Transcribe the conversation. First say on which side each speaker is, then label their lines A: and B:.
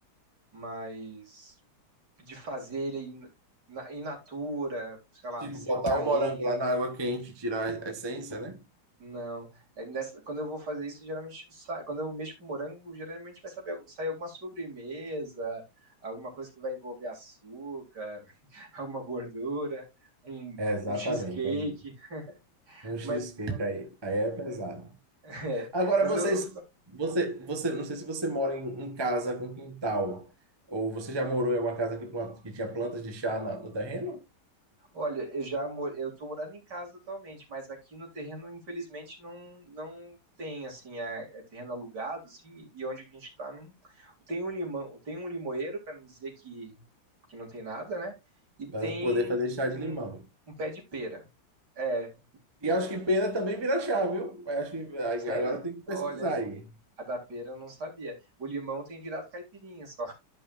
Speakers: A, on the right; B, on the right.
A: Mas de fazer ele in, na, in natura, sei lá,
B: Tipo,
A: secar
B: botar o
A: ele,
B: morango lá na água quente, tirar a essência, né?
A: Não. É nessa- quando eu vou fazer isso, geralmente sai, quando eu mexo com morango, geralmente vai saber- sair alguma sobremesa, alguma coisa que vai envolver açúcar, <laughs> alguma gordura, um,
B: É, exatamente.
A: um cheesecake.
B: Aí, um cheesecake
A: Mas,
B: aí, aí é pesado.
A: <laughs> é,
B: Agora
A: mas
B: vocês,
A: eu, eu-
B: você, você, não sei se você mora em, em casa com quintal, ou você já morou em alguma casa que, planta, que tinha plantas de chá na- no terreno,
A: Olha, eu já mor... eu tô morando em casa atualmente, mas aqui no terreno, infelizmente, não, não tem, assim, é, é terreno alugado, assim, e onde a gente tá, não... tem um limão, tem um limoeiro, para não dizer que, que não tem nada, né? E tem
B: para poder fazer chá de
A: um,
B: limão.
A: um pé de pera. É,
B: E acho que pera também vira chá, viu? Mas Acho que aí
A: sério?
B: agora tem que pesquisar
A: Olha,
B: aí.
A: a da pera eu não sabia. O limão tem virado caipirinha só.